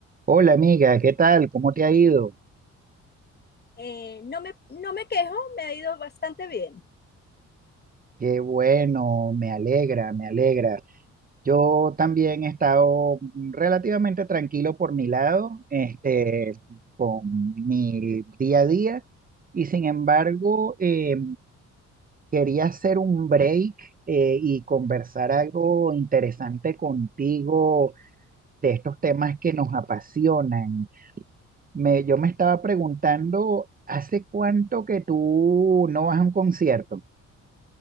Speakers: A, on the right; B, on the left.
A: Hola amiga, ¿qué tal? ¿Cómo te ha ido?
B: Eh, no me, no me quejo, me ha ido bastante bien.
A: Qué bueno, me alegra, me alegra. Yo también he estado relativamente tranquilo por mi lado, este, con mi día a día, y sin embargo, eh, quería hacer un break, eh, y conversar algo interesante contigo de estos temas que nos apasionan. Me, yo me estaba preguntando, ¿hace cuánto que tú no vas a un concierto?